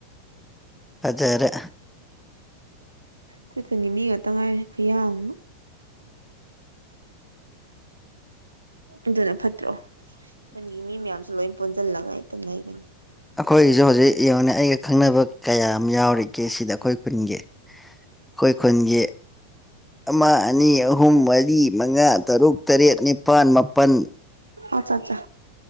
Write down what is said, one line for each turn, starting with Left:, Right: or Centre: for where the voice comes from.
Centre: ꯑꯖꯔꯦ
Right: ꯈꯣꯏ ꯈꯨꯟꯒꯤ ꯃꯤ ꯉꯥꯛꯇ ꯉꯥꯏꯔꯦ ꯈꯨꯌꯥꯝ ꯑꯃ ꯑꯗꯨꯅ ꯐꯠꯇ꯭ꯔꯣ ꯈꯨꯈꯟꯒꯤ ꯃꯤ ꯃꯌꯥꯝꯁꯨ ꯂꯣꯏ ꯄꯨꯣꯟꯁꯤꯜꯂꯒ ꯍꯦꯛꯇ ꯂꯩꯕꯅꯤ
Centre: ꯑꯩꯈꯣꯏꯒꯤꯁꯨ ꯍꯧꯖꯤꯛ ꯌꯦꯡꯉꯨꯅꯦ ꯑꯩꯒ ꯈꯪꯅꯕ ꯀꯌꯥꯝ ꯌꯥꯎꯔꯤꯒꯦ ꯁꯤꯗ ꯑꯩꯈꯣꯏ ꯀꯨꯟꯒꯤ ꯈꯣꯏ ꯈꯨꯟꯒꯤ ꯑꯃ ꯑꯅꯤ ꯑꯍꯨꯝ ꯃꯔꯤ ꯃꯉꯥ ꯇꯔꯨꯛ ꯇꯔꯦꯠ ꯅꯤꯄꯥꯟ ꯃꯥꯄꯟ
Right: ꯑꯠꯆꯥꯆꯥ